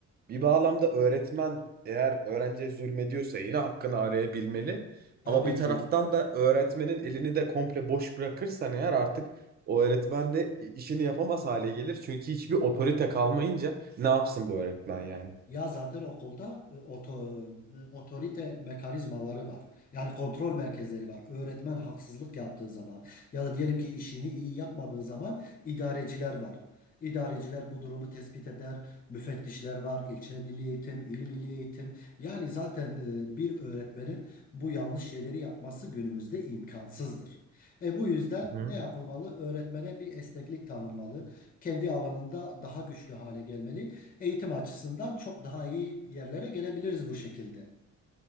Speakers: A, on the right; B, on the left.
A: bir bağlamda öğretmen eğer öğrenciye zulmediyorsa yine hakkını arayabilmeli.
B: Tabii
A: Ama bir taraftan
B: ki.
A: da öğretmenin elini de komple boş bırakırsan eğer artık o öğretmen de işini yapamaz hale gelir. Çünkü hiçbir otorite kalmayınca ne yapsın bu öğretmen yani?
B: Ya zaten okulda e, oto, e, otorite mekanizmaları var. Yani kontrol merkezleri var. Öğretmen haksızlık yaptığı zaman ya da diyelim ki işini iyi yapmadığı zaman idareciler var. İdareciler bu durumu tespit eder. Müfettişler var. İlçe milli eğitim, il milli eğitim. Yani zaten e, bir öğretmenin bu yanlış şeyleri yapması günümüzde imkansızdır. E bu yüzden
A: Hı hı.
B: ne yapılmalı? Öğretmene bir esneklik tanınmalı. Kendi alanında daha güçlü hale gelmeli eğitim açısından çok daha iyi yerlere gelebiliriz bu şekilde.